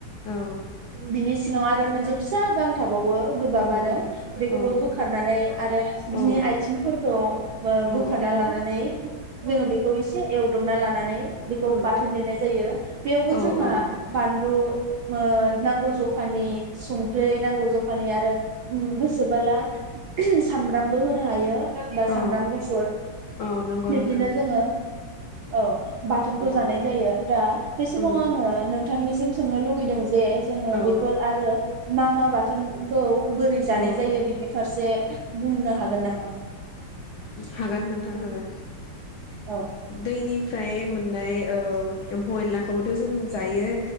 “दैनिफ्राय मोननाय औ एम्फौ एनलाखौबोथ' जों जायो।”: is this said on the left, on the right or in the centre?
Left